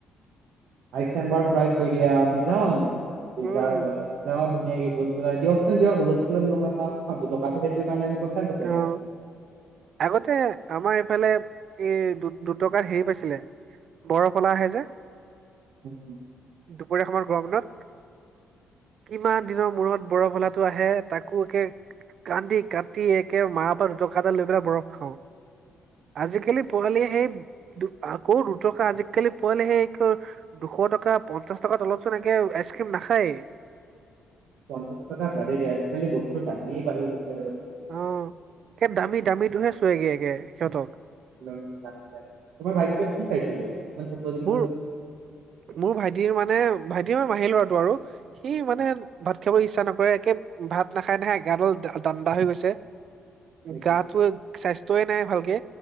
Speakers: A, on the right; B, on the right.
A: আইছ চেম্বাৰত ভৰাই থৈ দিয়া আমি যাওঁ।
B: উম
A: জাৰ হয়জাৰ ধুনাক গৈ পেলাই দিয়কচোন দিয়ক হতটটো <unintelligible> কাৰণে আমি বছাই-বছাই,
B: অ আগতে আমাৰ এইফালে এই দু-দুটকাত হেৰি পাইছিলে। বৰফৱালা আহে যে,
A: উম, উম,
B: দুপৰীয়া সময়ত গৰম দিনত। কিমান দিনৰ মূৰত বৰফ ৱালাটো আহে। তাকো একে, কান্দি কাটি একে মাহ পৰা দুটকা এটা লৈ পেলাই বৰফ খাওঁ। আজিকালি পোৱালিয়ে সেই দু আকৌ দুটকা আজিকালি পোৱালিয়ে সেই দুশ টকা, পঞ্চাছ টকাৰ তলতচোনকে আইচক্ৰীম নাখায়েই।
A: পঞ্চাশ টকা বাদেই দিয়া আজিকালি বস্তু দামেই বাঢ়ি গৈছে আৰু।
B: অ, সেই দামী-দামীটোহে চোয়গে সিহঁতক।
A: তোমাৰ ভাইটিটোৱে কি খাইছিলে?
B: মোৰ মোৰ ভাইটিৰ মানে ভাইটিৰ মোৰ মাহী ল'ৰাটো আৰু সি মানে ভাত খাবলৈ ইচ্ছা নকৰে একে ভাত নাখাই-নাখাই গা দাণ্ডা বাঢ়ি হৈ গৈছে।
A: নেকি?
B: গাটো স্বাস্ত্য নাই ভালকে?